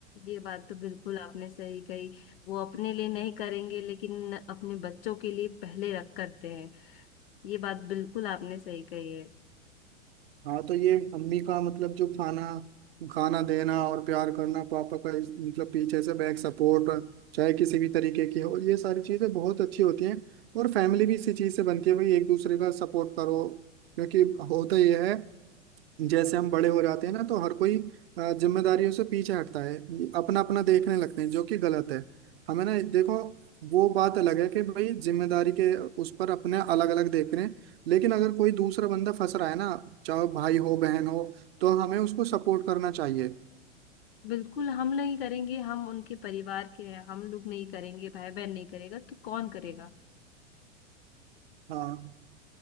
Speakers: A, on the left (about 50°); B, on the right (about 55°).
A: ये बात तो बिल्कुल आपने सही कही वो अपने लिए नहीं करेंगे लेकिन अपने बच्चों के लिए पहले रख करते हैं ये बात बिल्कुल आपने सही कही है
B: हाँ तो ये अम्मी का मतलब जो खाना खाना देना और प्यार करना पापा का इस- मतलब पीछे से बैक सपोर्ट चाहे किसी भी तरीके की हो ये सारी चीजें बहुत अच्छी होती हैं और फैमिली भी इसी चीज से बनती है भाई एक दूसरे का सपोर्ट करो क्योंकि होता यह है जैसे हम बड़े हो जाते हैं ना तो हर कोई अ, जिम्मेदारियों से पीछे हटता है अपना अपना देखने लगते हैं जो कि गलत है हमें ना देखो वो बात अलग है कि भाई जिम्मेदारी के उस पर अपने अलग अलग देख रहे हैं लेकिन अगर कोई दूसरा बंदा फंस रहा है ना चाहे भाई हो बहन हो तो हमें उसको सपोर्ट करना चाहिए
A: बिल्कुल हम नहीं करेंगे हम उनके परिवार के हैं हम लोग नहीं करेंगे भाई बहन नहीं करेगा तो कौन करेगा
B: हाँ